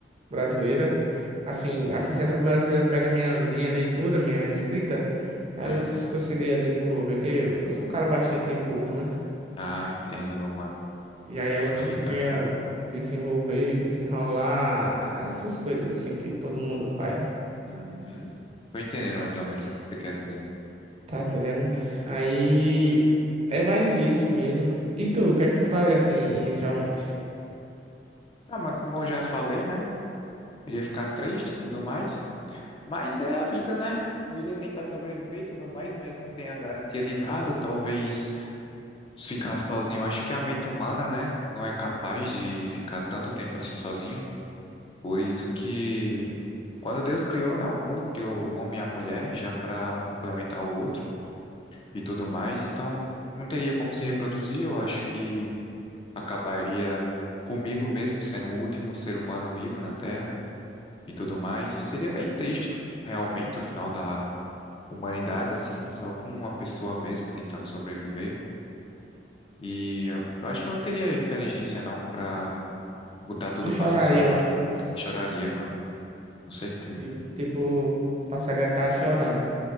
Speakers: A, on the right; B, on the left.
A: brasileira. Assim, a sociedade brasileira pega minha, minha leitura, minha escrita, elas
B: né?
A: conseguiria desenvolver, que eu sou um cara bastante culto, né?
B: Ah, entendo, meu mano.
A: E aí ela
B: Perfeitamente.
A: conseguiria desenvolver, desenrolar, essas coisas assim que todo mundo faz.
B: Uhum. Tô entendendo mais ou menos o que você quer dizer.
A: Tá entendendo? Aí é mais isso mesmo. E tu, o que é que tu faria assim inicialmente?
B: Ah, mano, como eu já falei, né? Eu ia ficar triste e tudo mais. Mas é a vida, né? Eu iria tentar sobreviver e tudo mais, mas não tenho a garantia de nada. Talvez se ficar sozinho. Acho que a mente humana, né? Não é capaz de ficar tanto tempo assim sozinho. Por isso que quando Deus criou, né, o mundo, criou o homem e a mulher, já para um complementar o outro e tudo mais, então não teria como se reproduzir. Eu acho que acabaria comigo mesmo sendo o último ser humano vivo na Terra e tudo mais. Seria bem triste, realmente, o final da humanidade, assim, só com uma pessoa mesmo tentando sobreviver. E eu eu acho que eu não teria inteligência, não, pra botar tudo
A: Tu choraria
B: pra funcionar.
A: muito?
B: Choraria, mano, com certeza.
A: Eu, Tipo, passaria a tarde chorando.